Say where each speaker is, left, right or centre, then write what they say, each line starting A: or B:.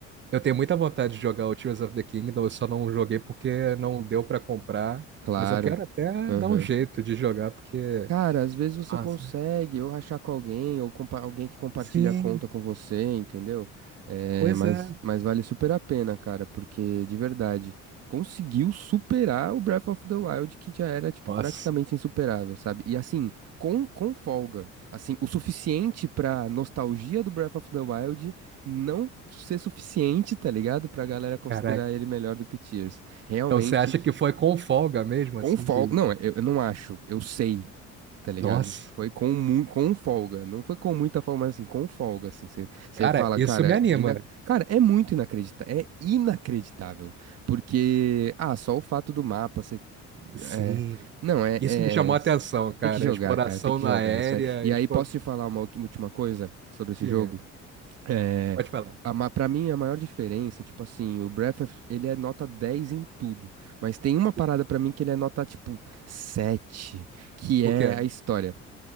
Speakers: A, on the right (about 40°); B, on the right (about 55°).
A: eu tenho muita vontade de jogar o Tears of the Kingdom, eu só não joguei porque não deu pra comprar,
B: claro.
A: mas eu quero até
B: Aham.
A: dar um jeito de jogar porque
B: Cara, às vezes você
A: Nossa.
B: consegue ou rachar com alguém, ou compa- alguém que compartilha
A: Sim,
B: a conta com você, entendeu? É,
A: pois
B: mas,
A: é.
B: mas vale super a pena, cara, porque de verdade conseguiu superar o Breath of the Wild, que já era, tipo,
A: Nossa,
B: praticamente insuperável, sabe? E assim, com, com folga. Assim, o suficiente pra nostalgia do Breath of the Wild não ser suficiente, tá ligado? Pra galera considerar
A: caraca.
B: ele melhor do que Tears. Realmente.
A: Então você acha que foi com folga mesmo
B: Com
A: assim
B: folga.
A: que ele
B: Não, eu, eu não acho. Eu sei, tá ligado?
A: Nossa,
B: Foi com, mu- com folga. Não foi com muita folga, mas assim, com folga, assim. Você
A: cara,
B: fala,
A: isso
B: cara,
A: me anima.
B: é ina... cara, é muito inacreditável. É inacreditável. Porque, ah, só o fato do mapa, você.
A: Sim.
B: É... Não, é,
A: Isso
B: é-
A: me chamou a atenção, cara.
B: Tem que jogar,
A: Exploração
B: cara. Tem que
A: na
B: jogar
A: aérea,
B: é isso aí. E
A: expo...
B: aí, posso te falar uma ulti- última coisa sobre esse
A: Diga,
B: jogo? É,
A: pode falar.
B: a, ma- pra mim, a maior diferença, tipo assim, o Breath, of- ele é nota 10 em tudo. Mas tem uma parada
A: Sim.
B: pra mim que ele é nota, tipo, 7 que
A: O
B: é
A: quê?
B: a história.